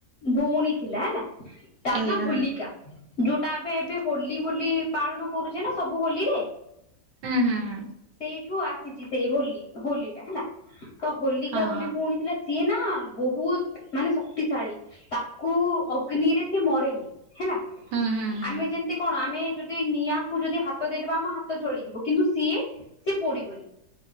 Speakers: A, on the left (about 60°); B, on the right (about 75°).
A: ଭଉଣୀ ଥିଲା ହେଲା। ତା
B: ଆଜ୍ଞା
A: ନାଁ ହୋଲିକା।
B: ହୁଁ
A: ଯୋଉଟା ଏବେ ଏବେ ହୋଲି ବୋଲି ପାଳନ କରୁଚେ ନା ସବୁ ହୋଲିରେ
B: ହୁଁ ହୁଁ ହୁଁ ହୁଁ।
A: ସେଇଠୁ ଆସିଚି ସେଇ ହୋଲି ହୋଲିଟା ହେଲା। ତ ହୋଲିକା
B: ହଁ
A: ବୋଲି
B: ହଁ
A: ଭଉଣୀ ଥିଲା ସିଏ ନା ବହୁତ୍ ମାନେ ଶକ୍ତିଶାଳୀ। ତାକୁ ଅଗ୍ନିରେ ସିଏ ମରେନି। ହେଲା
B: ହୁଁ ହୁଁ
A: ଆମେ ଯେମିତି କଣ ଆମେ ଯଦି ନିଆଁ କୁ ଯଦି ହାତ ଦେଇଦେବା ଆମ ହାତ ଜଳିଯିବ କିନ୍ତୁ ସିଏ ସେ ପୋଡିବନି।